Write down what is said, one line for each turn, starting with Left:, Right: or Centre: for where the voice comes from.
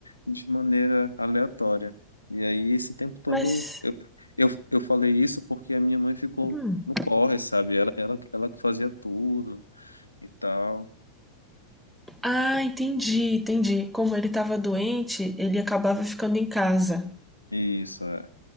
Left: de maneira aleatória. E aí, esse tempo todo,
Centre: Mas.
Left: eu, eu, eu falei isso porque a minha mãe ficou
Centre: hum.
Left: no corre, sabe? Ela, ela, ela que fazia tudo e tal.
Centre: Ah, entendi, entendi. Como ele tava doente, ele acabava ficando em casa.
Left: Isso, é.